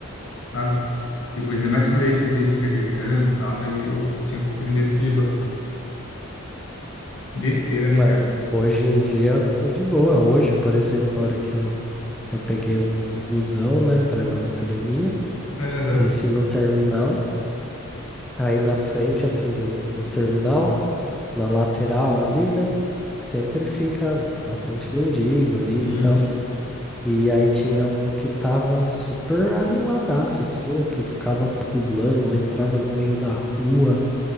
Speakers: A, on the left; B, in the centre.
A: sabe? Tipo, ainda mais quando esses aí fica gritando e tal, aí eu tinha um pouco de medo de bêbado. Besteira, né,
B: Mas
A: cara?
B: hoje em dia eu tô de boa. Hoje, por exemplo, a hora que eu, eu peguei o, o busão, né, pra ir lá na academia,
A: Aham.
B: desci no terminal, aí na frente, assim, do, do terminal, na lateral ali, né, sempre fica bastante mendigo ali
A: Sim,
B: e tal.
A: sim.
B: E aí tinha um que tava super animadaço, assim, o que ficava pulando, entrava no meio da rua